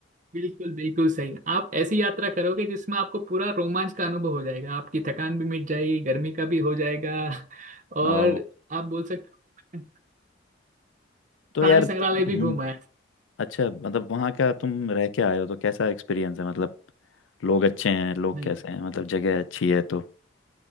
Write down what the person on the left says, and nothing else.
ओ
तो
यार
हम्म
अच्छा मतलब वहाँ का तुम रह के आए हो तो कैसा एक्सपीरियंस है मतलब लोग अच्छे हैं लोग
कैसे हैं मतलब जगह अच्छी है तो